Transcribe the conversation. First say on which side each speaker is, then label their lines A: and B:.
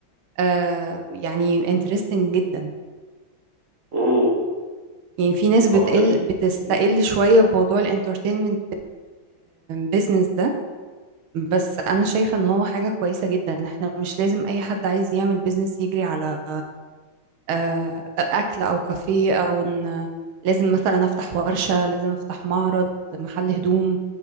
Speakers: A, on the right; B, on the right.
A: آه يعني انترستنج جدا
B: امم
A: يعني في ناس بتقل
B: هو جميل
A: بتستقل
B: جميل.
A: شويه بموضوع الانترتينمنت بيزنس ده بس انا شايفه ان هو حاجه كويسه جدا احنا مش لازم اي حد عايز يعمل بيزنس يجري على آه، أكل أو كافيه أو إن لازم مثلا أفتح ورشة لازم أفتح معرض محل هدوم